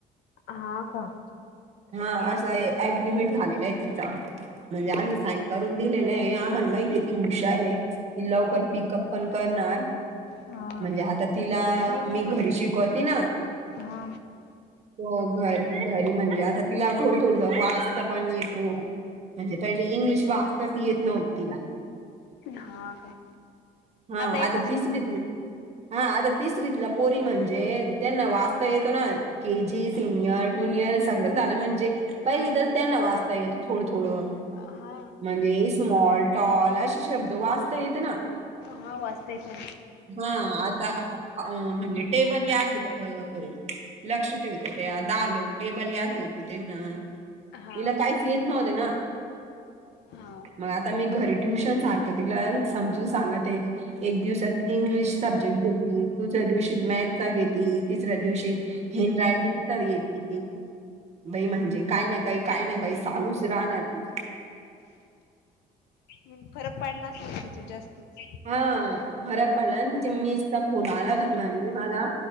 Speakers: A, on the left; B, on the right.
A: हा का?
B: हा असा आहे एग्रीमेंट झालेला आहे तिचा म्हणजे आम्ही साइन करून दिलेलं आहे आम्हाला माहितीय ती हुशार आहे ती लवकर पिकअप पण करनार
A: हा
B: म्हणजे आता तिला
A: नाही
B: मी
A: ना
B: घरी
A: ते
B: शिकवतिना
A: हा
B: हो घर घरी म्हणजे आता तिला थोड थोड वाचता पण येतो म्हणजे पहिेले इंग्लिश वाजताच येत नव्हती तिला
A: हा का?
B: हा
A: येत
B: आता
A: असेल
B: तीच
A: ना
B: भीती हा आता तिसरीतला पोरी म्हणजे त्यांना वाचता येतो ना. के जी, सिनियर, ज्युनियर सगळं झालं म्हणजे पहिली तर त्यांना वाचता येतं थोडं थोडं
A: हा
B: म्हणजे स्मॉल टॉल असे शब्द वाचता येते ना.
A: हा वाचता येत ना
B: हा आता म्हणजे टेबल याद अ <unintelligible> लक्ष ठेवते ते दहा लोक टेबल या ठेवते ते ना
A: हा
B: इला काहीच येत नव्हते ना
A: हा
B: मग आता मी घरी ट्युशन सारखं तिला समजून सांगत आहे एक दिवसात. इंग्लिश सब्जेक्ट घेतली. दुसऱ्या दिवशी मॅथचा, घेतली तिसऱ्या दिवशी हेंड रायटिंग तर येते बाई म्हणजे काय ना काही काय ना काही चालूच राहणार तिच्या.
A: मग फरक पडलाच नाही तिच्या जास्तच
B: हा फरक पडला तिच्या मिसचा फोन आला होता ना म्हण मला